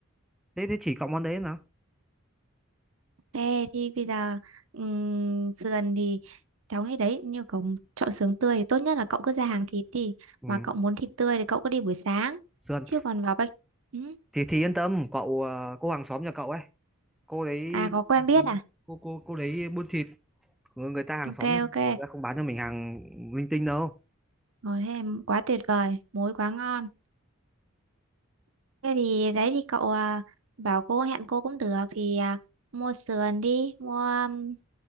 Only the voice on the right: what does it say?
Thế thì bây giờ ừm, sườn thì cháu nghĩ đấy như cậu chọn sườn tươi thì tốt nhất là cậu cứ ra hàng thịt đi
mà cậu muốn thịt tươi thì cậu cứ đi buổi sáng
chứ còn vào bách ừ.
à có quen biết à
ok
ok
rồi thế em- quá tuyệt vời muối quá ngon Thế thì đấy thì cậu à, bảo cô hẹn cô cũng được thì à, mua sườn đi mua um,